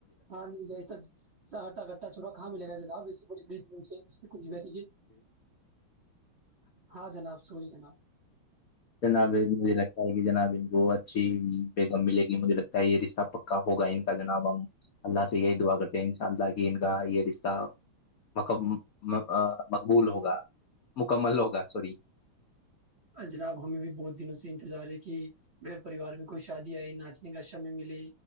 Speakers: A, on the right (about 55°); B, on the left (about 75°).
A: ہاں نہیں ایسا ہٹا کھٹا چھوڑا کہا ملےگا جناب کھ ہاں جناب سوری جناب
B: جناب مجھے لگتا ہے کہ جناب وہ اچھی بیگم ملے گی مجھے لگتا ہے یہ رشتہ پکا ہوگا ان کا جناب ہم اللہ سے یہی دعا کرتے ہیں ان شاء اللہ کہ ان کا یہ رشتہ م مقبول ہوگا مکمل ہوگا سوری
A: جناب ہمیں بھی بہت دنوں سے انتظار ہے کہ گھر پریوار میں کوئی شادی آئی ناچنے کا سمے ملے